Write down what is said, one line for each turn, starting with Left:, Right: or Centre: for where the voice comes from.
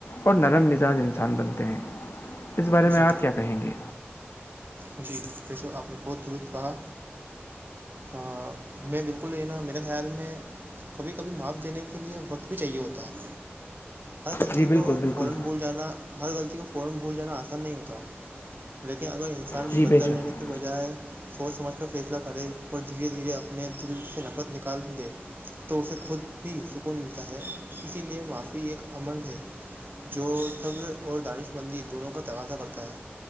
Left: اور نرم مزاج انسان بنتے ہیں اس بارے
Right: جی
Left: میں آپ کیا کہیں گے
Right: جی پیشو آپ نے بہت دور سے کہا ہاں میں بالکل یہ ن میرا خیال میں کبھی کبھی معاف دینے کے لئے وقت بھی چاہیے ہوتا ہے ہر غلطی
Left: جی بالکل
Right: کو
Left: بالکل
Right: فورا بول جانا ہر غلطی کو فورا بھول جانا آسان نہیں ہوتا لیکن اگر انسان
Left: جی
Right: بدلا
Left: بے شک
Right: لینے کی کے بجائے سوچ سمجھ کر فیصلہ کرے اور دھیرے دھیرے اپنے دل سے نفرت نکال دے تو اسے خود بھی سکون ملتا ہے اسی لیے معافی ایک عمل ہے جو س اور دانش مندی دونوں کا تقازا کرتا ہے